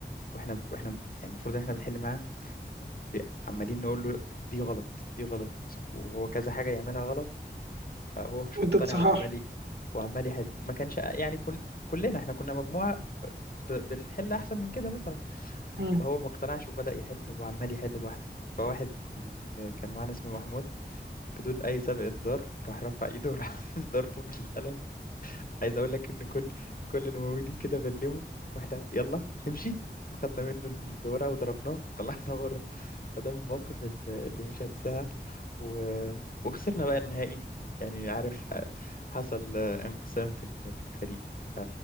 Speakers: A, on the left; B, on the right.
A: واحنا واحنا يعني المفروض ان احنا بنحل معاه ب- عمالين نقول له دي غلط دي غلط وهو كذا حاجه يعملها غلط هو مش
B: وانت
A: مقتنع
B: تصحح
A: وعمال ي- وعمال يحل ما كانش يعني كن كلنا احنا كنا مجموعه ب- بنحل احسن من كده مثلا
B: مم.
A: هو ما اقتنعش وبدأ يحل وعمال يحل لوحده فواحد من اللي كانوا معانا اسمه محمود بدون أي سابق إنذار راح رفع إيده وراح <laughs> ضربه بالقلم عايز أقول لك إن كل كل اللي موجودين كده بلموا واحدة يلا امشي وخدنا منه الورقة وضربناه طلعنا بره فده من المواقف ال- اللي مش هنساها و... وخسرنا بقى النهائي يعني عارف حصل انقسام في ال- في الفريق ف...